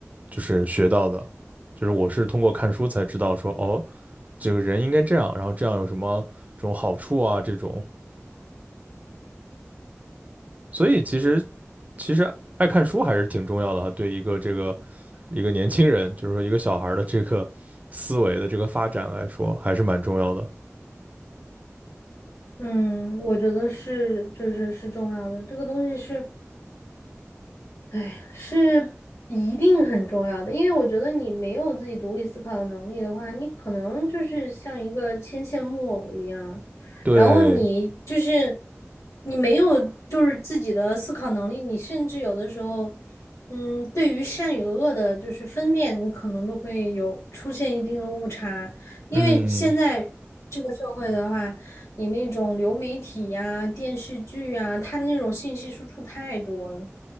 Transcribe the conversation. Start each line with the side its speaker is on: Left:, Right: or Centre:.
Right: 就是学到的，就是我是通过看书才知道说，哦，这个人应该这样，然后这样有什么这种好处啊，这种，所以其实其实爱看书还是挺重要的哈，对一个这个一个年轻人，就是说一个小孩儿的这个思维的这个发展来说，还是蛮重要的。
Left: 嗯，我觉得是，就是是重要的。这个东西是，哎，是一定很重要的。因为我觉得你没有自己独立思考的能力的话，你可能就是像一个牵线木偶一样，
Right: 对，
Left: 然后你就是你没有就是自己的思考能力，你甚至有的时候，嗯，对于善与恶的就是分辨，你可能都会有出现一定的误差。因为现在这个社会的话。
Right: 嗯，
Left: 你那种流媒体呀、电视剧呀，它那种信息输出太多了，